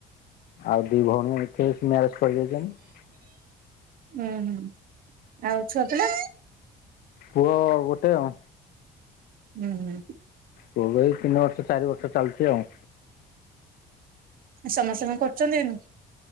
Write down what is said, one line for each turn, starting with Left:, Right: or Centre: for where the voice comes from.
Left: ଆଉ ଦି ଭଉଣୀ ଏଠି ଆସି ମ୍ୟାରେଜ କରିଦେଇଛନ୍ତି।
Right: ଉଁ ହୁଁ ଆଉ ଛୁଆ ପିଲା?
Left: ପୁଅ ଗୋଟେ ଆଉ।
Right: ହୁଁ ହୁଁ।
Left: ପୁଅ କୁ ଏଇ ତିନି ବର୍ଷ ଚାରି ବର୍ଷ ଚାଲୁଛି ଆଉ।
Right: ସମୟ ସମୟ କରୁଛନ୍ତି ଏନୁ।